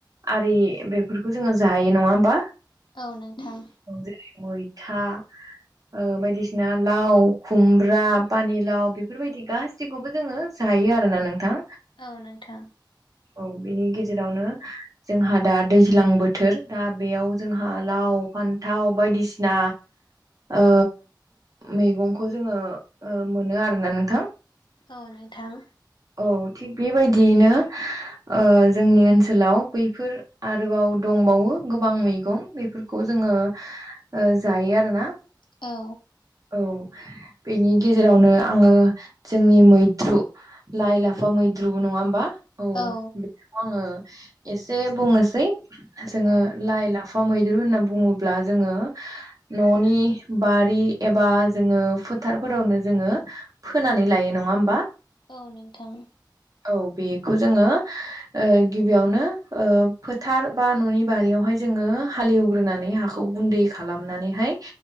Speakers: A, on the right; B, on the left.
A: आरि बेफोरखौ जोंङो जायो। नंङा होमबा?
B: औ नोंथां
A: जेरै मैथा ओ बायदिसिना लाव खुमब्रा पानिलाव बे बेफोरबायदि गासिखौबो जोंङो जायो आरोना नोंथां।
B: औ नोंथां
A: औ बेनि गेजेरावनो जोंहा दा दैज्लां बोथोर दा बेयाव जोंहा लाव फान्थाव बायदिसिना ओ मैगंखौ जोंङो ओ मोनो आरोना नोंथां
B: औ नोंथां
A: औ थिग बेबायदियैनो ओ जोंनि ओनसोलाव बैफोर आरो आरोबाव दंबावो गोबां मैगं बेफोरखौ जोंङो ओ जायो आरोना
B: औ
A: औ बेनि गेजेरावनो आंङो जोंनि मैद्रु लाइ लाफा मैद्रुबो नंङा होमबा
B: औ
A: बेखौ आङो एसे बुंनोसै जोंङो
B: औ
A: लाइ लाफा फा मैद्रु होनना बुंङोब्ला जोंङो न'नि बारि एबा जोंङो फो फोथारफोरावनो जोंङो फोनानै लायो नंङा होमबा।
B: औ नोंथां।
A: औ बेखौ जोंङो ओ गिबियावनो ओ फोथार बा न'नि बारियावहाय। जोंंङो हालेव ग्रोनानै हाखौ गुन्दै खालामनानैहाय